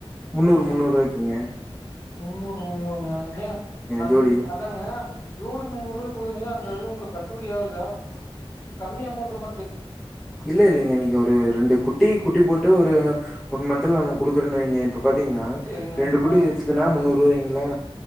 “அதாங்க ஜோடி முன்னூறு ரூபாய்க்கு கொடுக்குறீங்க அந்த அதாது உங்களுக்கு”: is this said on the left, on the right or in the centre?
Left